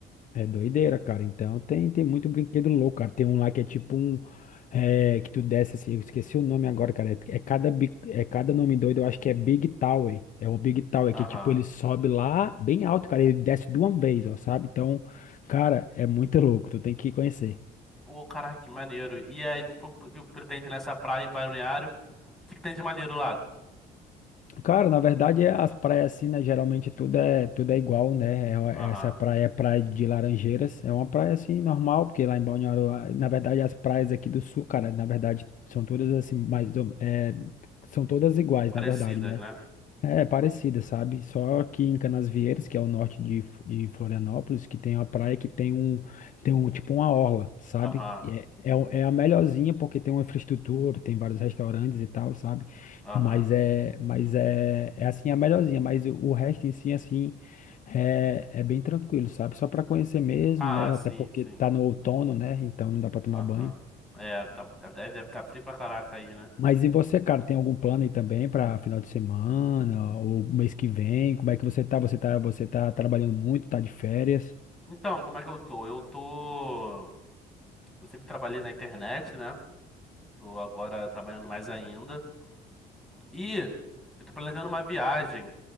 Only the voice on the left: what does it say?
É doideira, cara. Então tem, tem muito brinquedo louco, cara. Tem um lá que é tipo um. é, que tu desce assim, eu esqueci o nome agora, cara. É, é cada, bi- é cada nome doido, eu acho que é Big Tower. É o Big Tower,
que tipo, ele sobe lá bem alto, cara. Ele desce de uma vez, ó, sabe? Então, cara, é muito louco. Tu tem que conhecer.
Cara, na verdade, é- as praias assim, né? Geralmente tudo é, tudo é igual, né? é uma-
Essa praia é praia de Laranjeiras. É uma praia assim, normal, porque lá em Balneário, ah, na verdade, as praias aqui do sul, cara, na verdade, são todas assim, mais, ou- é, são todas iguais,
na verdade, né?
É é parecida, sabe? Só que em Canasvieiras, que é o norte de, F- de Florianópolis, que tem uma praia que tem um, tem um tipo uma orla, sabe?
E É, é, o- é a melhorzinha porque tem uma infraestrutura, tem vários restaurantes e tal, sabe?
Mas é, mas é, é assim a melhorzinha, mas o, o resto em si, assim, é, é bem tranquilo, sabe? Só para conhecer mesmo,
né? Até
porque
tá no outono, né? Então não dá para tomar
banho.
Mas e você, cara, tem algum plano aí também para final de semana ou mês que vem? Como é que você tá? Você tá, você tá trabalhando muito, tá de férias?